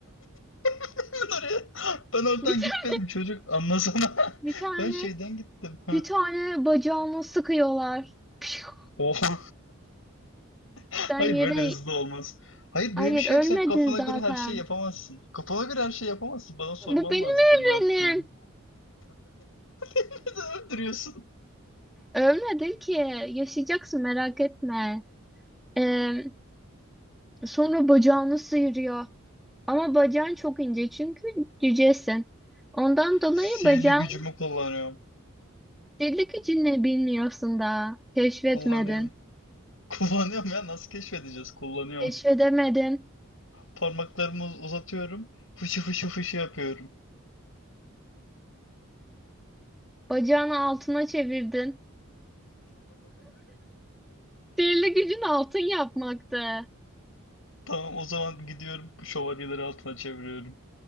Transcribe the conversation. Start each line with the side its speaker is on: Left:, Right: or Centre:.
Left: <laughs> Ben oraya ben oradan
Centre: Bir tane,
Left: gitmedim çocuk anlasana.
Centre: bir tane,
Left: <laughs> Ben şeyden gittim. <laughs>
Centre: bir tane bacağına sıkıyorlar. <laughs> Pişu!
Left: Oha. Hayır
Centre: Sen yere...
Left: böyle hızlı olmaz. Hayır
Centre: Hayır,
Left: böyle bir şey
Centre: ölmedin
Left: yok. Sen kafana
Centre: zaten.
Left: göre her şey yapamazsın. Kafana göre her şey yapamazsın. Bana sorman
Centre: Bu benim
Left: lazım benim
Centre: evrenim.
Left: ne yaptığımı. <laughs> Neden öldürüyorsun?
Centre: Ölmedin ki. Yaşayacaksın merak etme. Ee, sonra bacağını sıyırıyor. Ama bacağın çok ince çünkü cücesin. Ondan dolayı
Left: Sihirli
Centre: bacağın
Left: gücümü kullanıyorum.
Centre: delik içinde bilmiyorsun daha. Keşfetmedin.
Left: Kullanıyorum. <laughs> Kullanıyorum ya nasıl keşfedeceğiz? Kullanıyorum.
Centre: Keşfedemedin.
Left: Parmaklarımı uzatıyorum. Fışı fışı fışı yapıyorum.
Centre: Bacağını altına çevirdin. Sihirli gücün altın yapmaktı.
Left: Tamam o zaman gidiyorum şövalyeleri altına çeviriyorum.